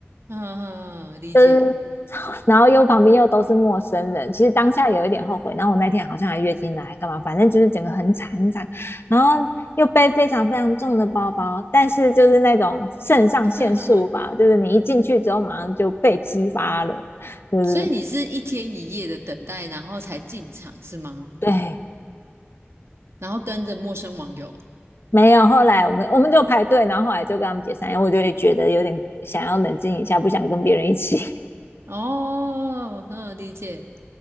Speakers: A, on the right; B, on the left.
A: 嗯，嗯嗯嗯理解。
B: 就是然后又旁边又都是陌生人，其实当下有一点后悔。然后我那天好像还月经来，干嘛？反正就是整个很惨很惨，然后又背非常非常重的包包，但是就是那种肾上腺素吧，
A: <laughs>
B: 就是你一进去之后马上就被激发了，就是
A: 所以你是一天一夜的等待，然后才进场是吗？
B: 对。
A: 然后跟着陌生网友。
B: 没有，后来我们我们就排队，然后后来就跟他们解散，因为我就会觉得有点想要冷静一下，不想跟别人一起。
A: 哦，嗯，理解。